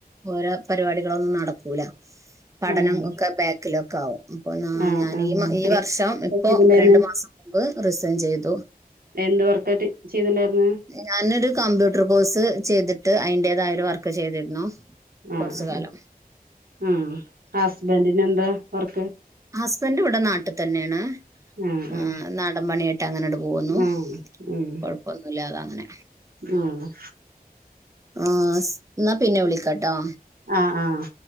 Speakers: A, on the right (about 20°); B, on the right (about 70°).
A: ഓരോ പരിപാടികളൊന്നും നടക്കൂല. പഠനം
B: ആഹ്
A: ഒക്കെ ബേക്ക് എിലോക്കാവോ അപ്പൊ ന
B: ആഹ്
A: ഞാനീ
B: ആഹ്
A: ഈ വർഷം ഇപ്പോൊ
B: ചെയ്തിണ്ടായിരുന്നു
A: രണ്ടു മാസം മുമ്പ് റിസൈൻ ചെയ്തു.
B: എന്ത് വറത്തട്ട ചെയ്തിണ്ടായിരുന്നെ.
A: ഞാനൊരു കമ്പ്യൂട്ടർ കോഴ്സ് ചെയ്തിട്ട് അതിന്റേതായരു വർക്ക് ചെയ്തിരുന്നു. കുറച്ചു
B: ആഹ്
A: കാലം
B: ഉം ഹസ്ബന്റിന് എന്താ വർക്ക്.
A: ഹസ്ബൻഡ് ഇവിടെ നാട്ടിൽ തന്നെയാണ്.
B: ആഹ് ആഹ്
A: ർ നാടൻ പണിയായിട്ട് അങ്ങനോട്ടട് പോകുന്നു
B: ആഹ് ഉം ഉം
A: കൊഴപ്പൊന്നുമല്ലാതെ അങ്ങനെ
B: ആഹ്
A: ആഹ് എന്നാ പിന്നെ വിളിക്കാട്ടോ
B: ആഹ് ആഹ്.